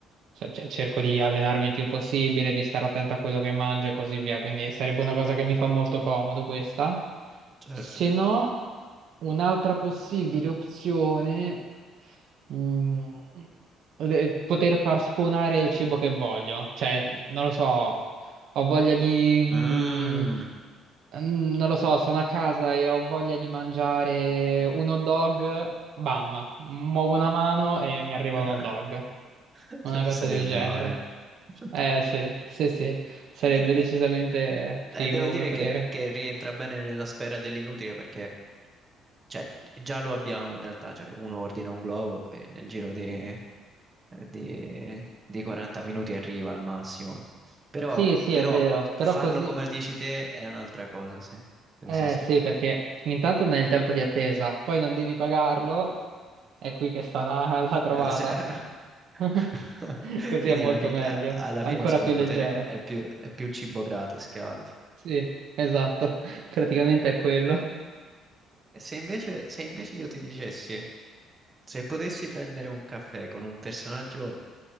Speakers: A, on the right; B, on the right.
A: cioè, cioè, cerco di allenarmi il più possibile, di stare attento a quello che mangio e così via. Quindi sarebbe una cosa che mi fa molto comodo questa.
B: Certo.
A: Se no, un'altra possibile opzione, mm, de- poter far spawnare il cibo che voglio. Cioè, non lo so, ho voglia di... mm,
B: Mm.
A: Mm, Non lo so, sono a casa e ho voglia di mangiare un hot dog, bam, muovo una mano e mi arriva
B: <laughs>
A: un hot dog, una
B: Non
A: cosa
B: sarebbe
A: del genere.
B: male. <laughs>
A: Eh sì, sì, sì, sarebbe decisamente
B: Eh,
A: figo
B: eh, devo
A: come
B: dire
A: potere.
B: che, che rientra bene nella sfera dell'inutile perché Cioè, già lo abbiamo in realtà, cioè uno ordina un globo e nel giro di, eh, di- di 40 minuti arriva al massimo. Però,
A: Sì, sì,
B: però
A: è vero,
B: farlo
A: però così,
B: come lo dici te è un'altra cosa, sì. Sì,
A: eh
B: sì, sì.
A: sì, perché intanto non hai il tempo di attesa, poi non devi pagarlo, è qui che sta la la trovata.
B: Eh, sì.
A: <laughs>
B: <laughs>
A: Così
B: Quindi
A: è molto
B: alla, fi-
A: meglio,
B: a- alla
A: è
B: fine
A: ancora
B: il superpotere
A: più leggero.
B: è più, è più cibo gratis che altro.
A: Sì, esatto, <laughs> praticamente è quello.
B: E se invece, se invece io ti dicessi, se potessi prendere un caffè con un personaggio